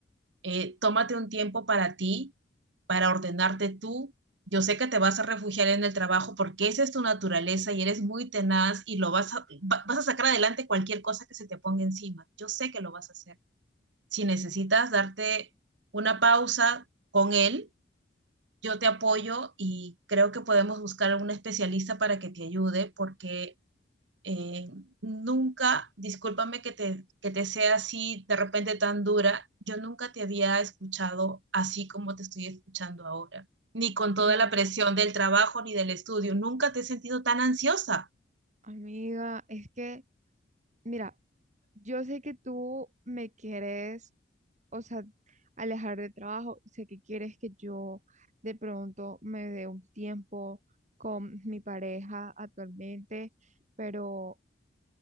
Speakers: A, on the right; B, on the right.
A: Eh, tómate un tiempo para ti, para ordenarte tú. Yo sé que te vas a refugiar en el trabajo porque esa es tu naturaleza y eres muy tenaz y lo vas a, va- vas a sacar adelante cualquier cosa que se te ponga encima. Yo sé que lo vas a hacer si necesitas darte una pausa con él, yo te apoyo y creo que podemos buscar a un especialista para que te ayude porque eh, nunca, discúlpame que te, que te sea así de repente tan dura, yo nunca te había escuchado así como te estoy escuchando ahora, ni con toda
B: Ajá,
A: la presión del trabajo ni del estudio, nunca te he sentido tan ansiosa.
B: amiga, es que, mira, yo sé que tú me quieres, o sea, alejar de trabajo, sé que quieres que yo de pronto me dé un tiempo con mi pareja actualmente, pero